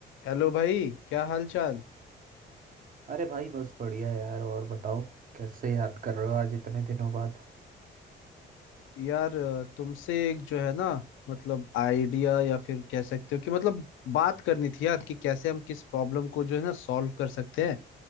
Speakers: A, on the left; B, on the right.
A: हेलो भाई क्या हाल चाल
B: अरे भाई बस बढ़िया यार और बताओ कैसे याद कर रहे हो आज इतने दिनों बाद
A: यार अ, तुमसे एक जो है ना मतलब आइडिया या फिर कह सकते हो कि मतलब बात करनी थी यार कि कैसे हम किस प्रॉब्लम को जो है ना सॉल्व कर सकते हैं